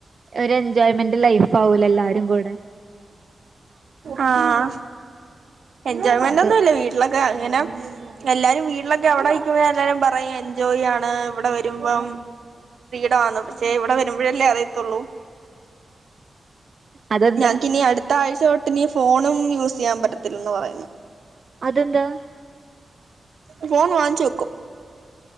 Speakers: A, on the right; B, on the right.
A: ഒരു എൻജോയ്മെന്റ് ലൈഫ് ആവൂലെ എല്ലാരും കൂടെ
B: ആഹ് എൻജോയ്മെന്റ്
A: അത്
B: ഒന്നുല്ല വീട്ടിലൊ ക്കെ അങ്ങനെ എല്ലാരും വീട്ടിലൊക്കെ അവിടെ നിക്കുമ്പോ എല്ലാരും പറയും എൻജോയ് യാണ് ഇവിടെ വരുമ്പം. ഫ്രീഡവാണ്, പക്ഷെ ഇവിടെ വരുമ്പോഴല്ലേ അറിയത്തുള്ളൂ
A: അതെന്താ
B: ഞങ്ങക്കിനി അടുത്ത ആഴ്ച തൊട്ട് ഇനി ഫോണും യൂസ് ചെയ്യാൻ പറ്റ ത്തിൽന്ന് പറയുന്നു
A: അതെന്താ?
B: ഫോൺ വാങ്ങിച്ച് വെക്കും.